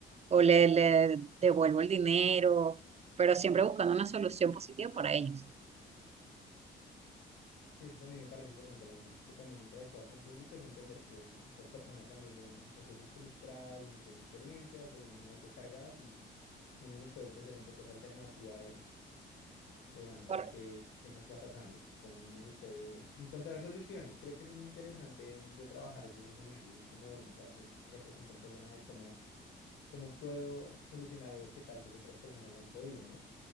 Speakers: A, on the right; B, on the left.
A: o le, le devuelvo el dinero, pero siempre buscando una solución positiva para ellos.
B: y eso también me parece importante. Las veces que también he interactuado con público es entender que estas personas también vienen muchas veces frustradas, muchas experiencias o vienen algo cargadas y uno les puede ofrecer un poco esa alternativa de de bueno, o sea,
A: Por,
B: ¿qué, qué más está pasando? Y cómo uno les puede encontrar soluciones. Creo que eso es lo interesante de de trabajar esos escenarios. Es como, bueno, o sea, eso representa un problema de cómo, cómo puedo solucionar algo que tal vez otras personas no han podido, ¿no?